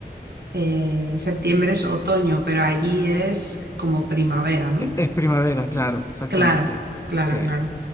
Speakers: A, on the right; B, on the left.
A: Eh, septiembre es otoño, pero allí es como primavera, ¿no?
B: E- Es primavera, claro, exactamente.
A: Claro, claro,
B: Sí.
A: claro.